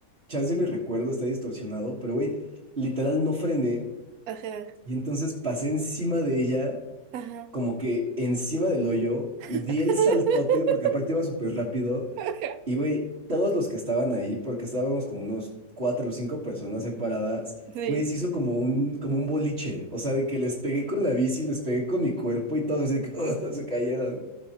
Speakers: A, on the right; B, on the right.
A: chance mi recuerdo está distorsionado, pero güey, literal no frené
B: Ajá,
A: y entonces pasé encima de ella
B: ajá.
A: como que encima del hoyo,
B: <laughs>
A: di el saltote, porque aparte iba súper rápido,
B: Ajá.
A: y güey, todos los que estaban ahí, porque estábamos como unos cuatro o cinco personas ahí paradas,
B: Sí.
A: güey, se hizo como un, como un boliche, o sea, de que les pegué con la bici, les pegué con mi cuerpo y todos así de que <laughs> se cayeron.